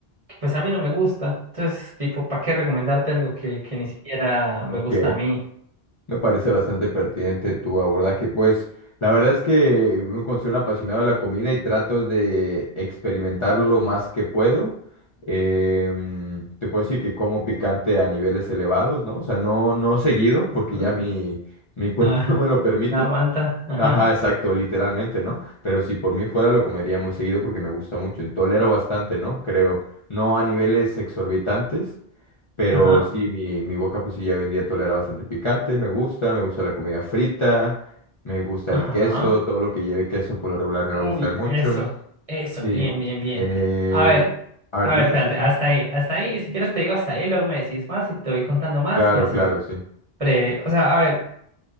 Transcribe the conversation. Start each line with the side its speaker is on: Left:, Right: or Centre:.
Right: que pues a mí no me gusta. Entonces, tipo, ¿para qué recomendarte algo que, que ni siquiera me
Left: Ok,
Right: gusta a mí?
Left: me parece bastante pertinente tu abordaje. Pues, la verdad es que me considero un apasionado de la comida y trato de experimentar lo más que puedo. Em, te puedo decir que como picante a niveles elevados, ¿no? O sea, no, no seguido, porque
Right: Ajá.
Left: ya mi, mi cuerpo
Right: Ah,
Left: <laughs> no me
Right: <laughs>
Left: lo permite.
Right: aguanta. Ajá,
Left: Ajá, exacto, literalmente, ¿no? Pero si por mí fuera lo comería muy seguido porque me gusta mucho. Tolero bastante, ¿no? Creo. No a niveles exorbitantes, pero
Right: ajá,
Left: sí, mi, mi boca pues sí ya hoy en día tolera bastante picante, me gusta, me gusta la comida frita, me gusta
Right: ajá.
Left: el queso, todo lo que lleve queso por lo regular me
Right: Uy,
Left: va a gustar mucho.
Right: eso, eso,
Left: Sí.
Right: bien, bien, bien.
Left: Eh,
Right: A ver,
Left: a ver,
Right: a
Left: dime,
Right: ver, espérate,
Left: sí, sí.
Right: hasta ahí, hasta ahí, si quieres te digo hasta ahí, luego me decís más y te voy contando más
Left: Claro,
Right: y así,
Left: claro, sí.
Right: breve. O sea, a ver,